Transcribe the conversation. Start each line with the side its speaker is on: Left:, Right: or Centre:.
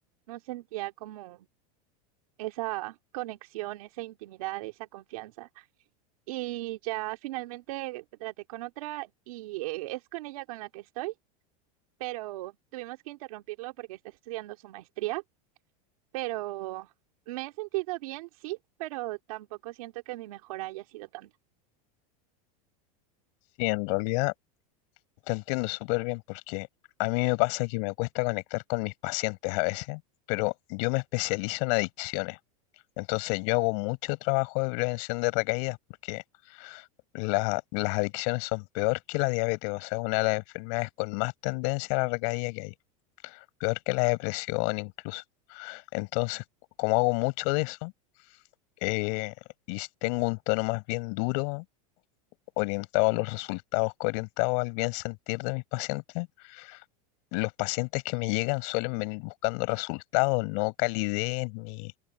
Right: no sentía como esa conexión, esa intimidad, esa confianza. Y ya finalmente traté con otra y eh, es con ella con la que estoy, pero tuvimos que interrumpirlo porque está estudiando su maestría, pero me he sentido bien, sí, pero tampoco siento que mi mejora haya sido tanta.
Left: Sí, en realidad te entiendo súper bien porque a mí me pasa que me cuesta conectar con mis pacientes a veces, pero yo me especializo en adicciones. Entonces yo hago mucho trabajo de prevención de recaídas porque la- las adicciones son peor que la diabetes, o sea, una de las enfermedades con más tendencia a la recaída que hay, peor que la depresión incluso. Entonces, como hago mucho de eso, eh, y tengo un tono más bien duro, orientado a los resultados, que orientado al bien sentir de mis pacientes, los pacientes que me llegan suelen venir buscando resultados, no calidez ni...